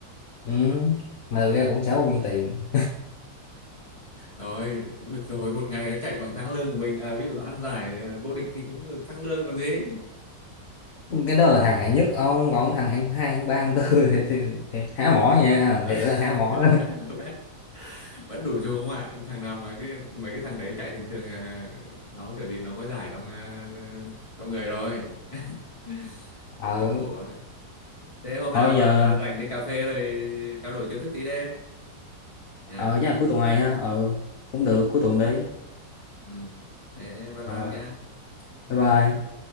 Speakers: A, on the left; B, on the left.
A: ừ. mà thực ra cũng trả bao nhiêu tiền
B: rồi cũng được rồi một ngày nó chạy bằng tháng lương của mình à, ví dụ nó ăn giải ờ, vô địch thì cũng được tháng lương còn gì
A: cái đó là thằng hạng nhất ông còn thằng hạng hai hạng ba hạng tư <laughs> thì, thì, thì
B: <laughs>
A: há
B: Đấy,
A: mỏ
B: cũng-
A: nha thiệt là há mỏ
B: <laughs> vẫn đủ dùng không ạ thằng nào mà cái mấy cái thằng đấy chạy thường thường à, nó kiểu gì nó có giải trong à, trong người rồi <laughs>
A: <laughs> ờ
B: cũng cực khổ ấy thế hôm
A: thôi
B: nào mà
A: giờ
B: rảnh đi cà phê rồi trao đổi chiêu thức tí đi nha
A: ờ chắc là cuối
B: không
A: tuần này ha ờ cũng được cuối tuần đi
B: ừ. thế bye bye
A: rồi
B: ông nhá
A: bye bye